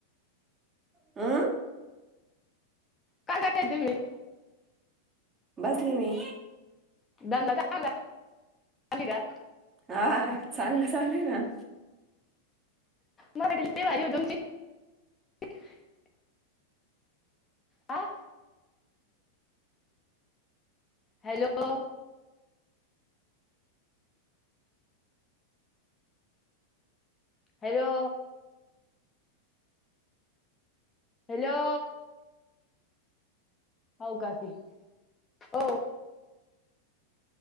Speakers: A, on the right (about 20°); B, on the left (about 20°).
A: आ
B: काय करताय तुम्ही?
A: बसली मी.
B: धंदा झाला आली का?
A: हा चांगला चालुय ना.
B: म तर लय भारी ओ तुमचे. <unintelligible> हा. हॅलो! हॅलो! हॅलो! आव काकी हो.